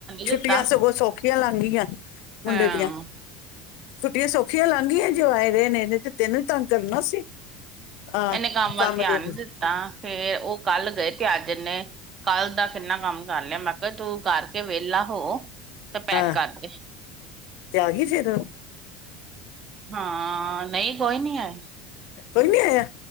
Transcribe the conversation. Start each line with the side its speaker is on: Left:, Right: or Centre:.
Left: ਛੁੱਟੀਆਂ
Right: ਦਿੱਤਾ
Left: ਸਗੋਂ ਸੌਖੀਆਂ ਲਾਂਗੀਆਂ ਮੁੰਡੇ
Right: ਹਾਂ
Left: ਦੀਆਂ। ਛੁੱਟੀਆਂ ਸੌਖੀਆਂ ਲਾਂਘੀਆਂ ਜੇ ਓ ਆਏ ਰਏ ਨੇ ਨਈਂ ਤੇ ਤੈਨੂੰ ਈ ਤੰਗ ਕਰਨਾ ਸੀ। ਹਾਂ
Right: ਏਨੇ ਕੰਮ ਵੱਲ ਧਿਆਨ
Left: ਤੇ
Right: ਨੀ ਦਿੱਤਾ ਫੇਰ ਓ ਕੱਲ ਗਏ ਤੇ ਅੱਜ ਏਨੇ ਕੱਲ ਦਾ ਕਿੰਨਾ ਕੰਮ ਕਰ ਲਿਆ ਮੈਂ ਕਿਆ ਤੂੰ ਕਰਕੇ ਵੇਲਾ ਹੋ ਤੇ ਪੈਕ
Left: ਹਾਂ
Right: ਕਰ ਦੇ।
Left: ਤੇ ਆ ਗੀ ਫੇਰ
Right: ਹਾਂ ਨਈਂ ਕੋਈ ਨੀ ਆਏ
Left: ਕੋਈ ਨੀ ਆਏਆ?